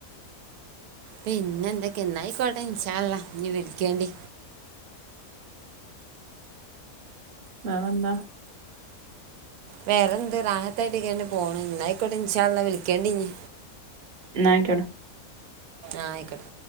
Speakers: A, on the right (about 85°); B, on the right (about 40°).
A: പിന്നെന്തൊക്കെ ന്ന അയ്ക്കോട്ട ഇന്ഷാഅള്ളാഹ് ഞ്ഞി വിളിക്കേണ്ടി
B: വേറെന്താ
A: വേറെന്ത് റാഹത്തായിട്ട്ങ്ങനെന്നെ പോണ് ന്നാ അയ്ക്കോട്ടെ ഇന്ഷാ അള്ളാഹ് വിളിക്കേണ്ടി ഞ്ഞി
B: ന്നാ അയ്ക്കോട്ടെ
A: ആ അയ്ക്കോട്ടെ